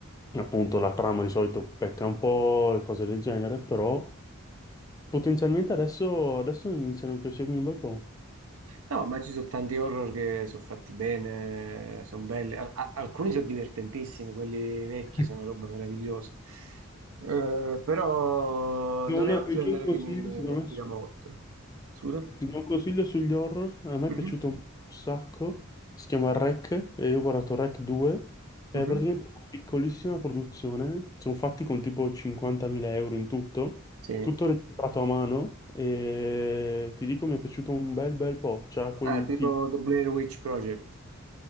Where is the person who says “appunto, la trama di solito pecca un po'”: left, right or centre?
Left